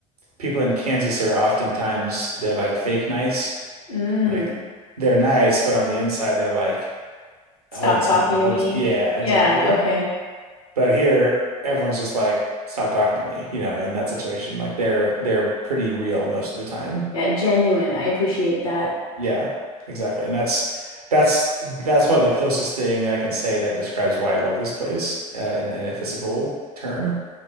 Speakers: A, on the right; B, on the left.
A: people in Kansas are oftentimes they're like fake nice,
B: Mm,
A: like they're nice, but on the inside they're like
B: stop
A: holding something,
B: talking
A: holding
B: to me.
A: some, yeah, exactly.
B: Yeah, okay.
A: But here, everyone's just like, stop talking to me, you know, in that situation, like they're they're pretty real most of the time.
B: Yeah, genuine. I appreciate that.
A: Yeah, exactly. And that's that's that's probably the closest thing I can say that describes why I love this place uh, in in a physical term.